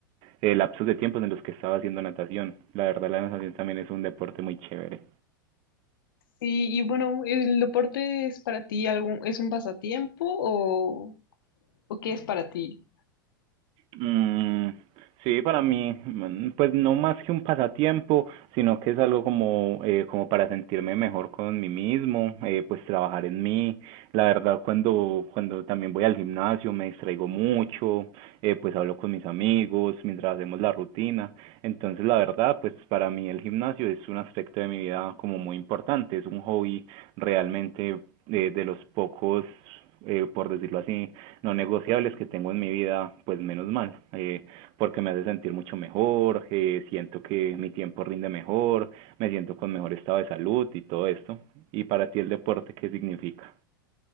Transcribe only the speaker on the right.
eh, lapsos de tiempos en los que estaba haciendo natación. La verdad, la natación también es un deporte muy chévere.
Mm, sí, para mí, mm, pues no más que un pasatiempo, sino que es algo como, eh, como para sentirme mejor con mí mismo, eh, pues trabajar en mí. La verdad, cuando, cuando también voy al gimnasio me distraigo mucho, eh, pues hablo con mis amigos mientras hacemos la rutina. Entonces, la verdad, pues para mí el gimnasio es un aspecto de mi vida como muy importante, es un hobby realmente eh, de los pocos, eh, por decirlo así, no negociables que tengo en mi vida, pues menos mal, eh, porque me hace sentir mucho mejor, eh, siento que mi tiempo rinde mejor, me siento con mejor estado de salud y todo esto. ¿Y para ti el deporte qué significa?